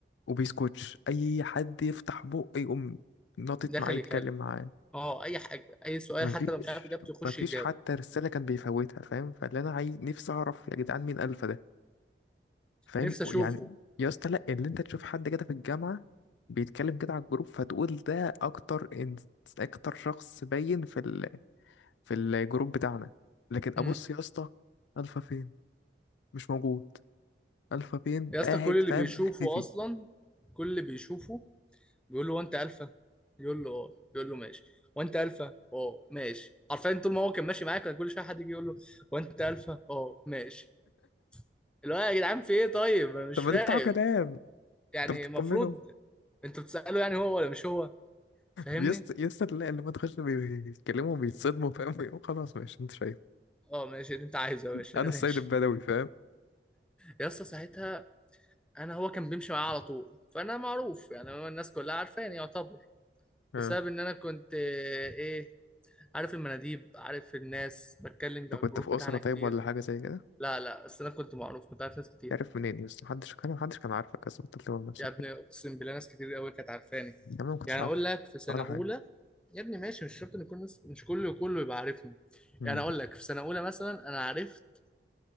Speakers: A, on the left; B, in the centre.
A: وبيسكوتش أي حد يفتح بقه يقوم ناطط
B: داخل
A: معاه يتكلم
B: يكلم
A: معاه
B: اه اي حاجه اي سؤال
A: مفيش
B: حتى لو مش عارف اجابته يخش
A: مفيش
B: يجاوب
A: حتى رسالة كان بيفوتها فاهم فاللي أنا عايز نفسي أعرف يا جدعان مين ألفا ده فاهم
B: نفسي اشوفه
A: يعني يا اسطى لأ اللي أنت تشوف حد كده في الجامعة بيتكلم كده على الجروب فتقول ده أكتر إن... أكتر شخص باين في ال... في الجروب بتاعنا لكن
B: امم
A: أبص يا اسطى ألفا فين مش موجود ألفا فين
B: يا اسطى
A: قاعد
B: كل اللي
A: فاهم
B: بيشوفه
A: مختفي
B: اصلا كل اللي بيشوفه بيقول له وانت الفا يقول له اه يقول له ماشي وانت الفا اه ماشي عارفين طول ما هو كان ماشي معاك كان كل شويه حد يجي يقول له وانت الفا اه ماشي اللي هو يا جدعان في ايه طيب انا مش
A: طب ما
B: فاهم
A: تفتحوا كلام
B: يعني
A: انت بتطمنوا
B: المفروض انتوا بتسألوا يعني هو ولا مش هو فاهمني
A: يا اسطى يا اسطى لا اللي ما تخش بيتكلموا بيتصدموا فاهم بيقولوا خلاص ماشي انت شايف
B: اه ماشي اللي انت عايزه يا باشا
A: انا
B: انا
A: السيد
B: ماشي
A: البدوي فاهم
B: يا اسطى ساعتها انا هو كان بيمشي معايا على طول فانا معروف يعني هو الناس كلها عارفاني يعتبر
A: اه
B: بسبب ان انا كنت آه، ايه عارف المناديب عارف الناس بتكلم على
A: انت كنت
B: الجروب
A: في
B: بتاعنا
A: أسرة طيب
B: كتير
A: ولا حاجة زي كده؟
B: لا لا بس انا كنت معروف كنت عارف ناس كتير
A: عارف منين يا اسطى؟ محدش كان محدش كان عارفك بس كنت بتلوم نفسك
B: يا ابني
A: كده
B: اقسم بالله ناس كتير قوي كانت عارفاني
A: يا عم ما كنتش
B: يعني
A: عارفك
B: اقول لك في سنه
A: ولا
B: اولى
A: حاجة
B: يا ابني ماشي مش شرط ان كل الناس مش كله كله يبقى عارفني
A: امم
B: يعني اقول لك في سنه اولى مثلا انا عرفت